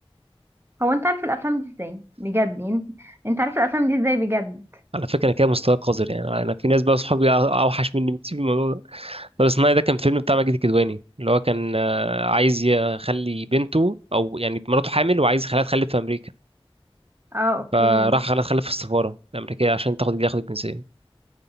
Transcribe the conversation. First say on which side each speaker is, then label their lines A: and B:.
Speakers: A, on the right; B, on the right.
A: هو انت عارف الافلام دي ازاي بجد يعني انت عارف الافلام دي ازاي بجد
B: على فكرة أنا كده مستواي قذر يعني أنا في ناس بقى صحابي أو- أوحش مني بكتير في الموضوع ده طلق صناعي ده كان فيلم بتاع ماجد الكدواني اللي هو كان آه، عايز يخلي بنته أو يعني مراته حامل وعايز يخليها تخلف في أمريكا
A: اه اوكي
B: فراح خلاها تخلف في السفارة الأمريكية عشان تاخد تاخد الجنسية